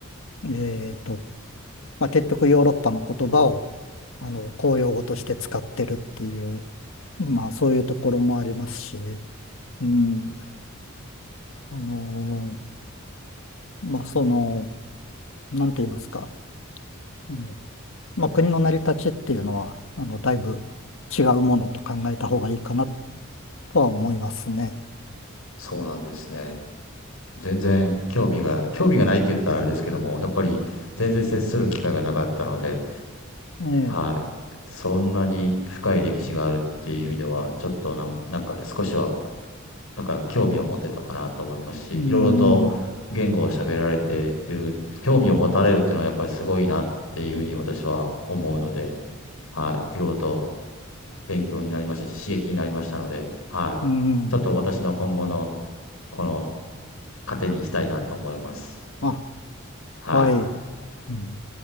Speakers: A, on the left (about 70°); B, on the left (about 85°).
A: えっと、まあ、結局ヨーロッパの言葉をあの公用語として使ってるっていう、まあそういうところもありますし、うん、あのまあその、なんて言いますか、あのまあ、国の成り立ちっていうのは、あのだいぶ違うものと考えた方がいいかなとは思いますね。
B: そうなんですね。全然興味が、興味がないって言ったらあれですけども、やっぱり全然接する機会がなかったので、
A: ええ、
B: はい。そんなに深い歴史があるっていう意味では、ちょっとなん、なんか少しは、なんか興味を持てたかなと思いますし、
A: うん、
B: いろいろと言語を喋られている、興味を持たれるっていうのはやっぱりすごいなっていうふうに私は思うので、はい。いろいろと勉強になりましたし、刺激になりましたので、はい。
A: うん、
B: ちょっと私の今後の、この糧にしたいなと思います。
A: あ、
B: はい。
A: はい。うん